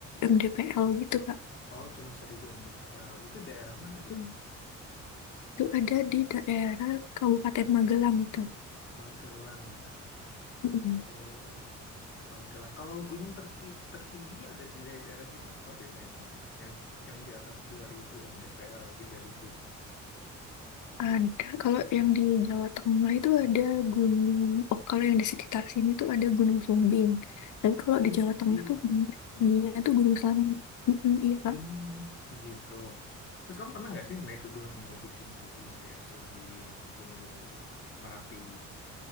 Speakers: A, on the left; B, on the left.
A: mdpl gitu kak
B: Oh, cuma 1000 mdpl. Itu daerah mana dia?
A: Mm-mm. itu ada di daerah Kabupaten Magelang itu
B: Magelang ya?
A: Mm-mm.
B: Oh, Magelang. Kalau gunung terti tertinggi yang ada di daerah situ apa biasanya namanya? Yang yang di atas 2000 mdpl, 3000.
A: Ada, kalau yang di Jawa Tengah itu ada gunung, oh kalau yang di sekitar sini tuh ada Gunung Sumbing. Tapi kalau
B: Oh,
A: di
B: Sumbing.
A: Jawa Tengah tuh gunung tingginya tuh Gunung Slamet. Mm-mm, iya
B: Hmm,
A: Kak.
B: gitu. Terus kamu pernah nggak sih naik ke gunung yang lebih tinggi itu yang kayak Sumbing, gunung-gunung itu, Merapi?